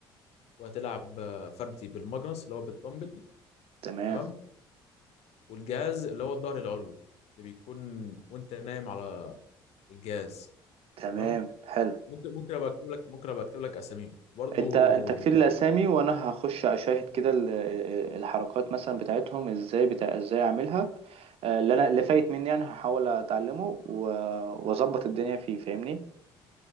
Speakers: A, on the left; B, on the right.
A: وهتلعب آه، فردي بالماجنس اللي هو بالدمبل
B: تمام
A: تمام والجهاز اللي هو الظهر العلوي اللي بيكون وانت نايم على الجهاز
B: تمام
A: تمام
B: حلو
A: ممكن ممكن ابقى اكتب لك ممكن ابقى اكتب لك اساميهم برضو
B: انت انت كتير
A: ال...
B: الاسامي وانا هخش اشاهد كده ال- الحركات مثلا بتاعتهم ازاي بتاع ازاي اعملها آه، اللي انا اللي فايت مني انا هحاول اتعلمه و- واظبط الدنيا فيه فاهمني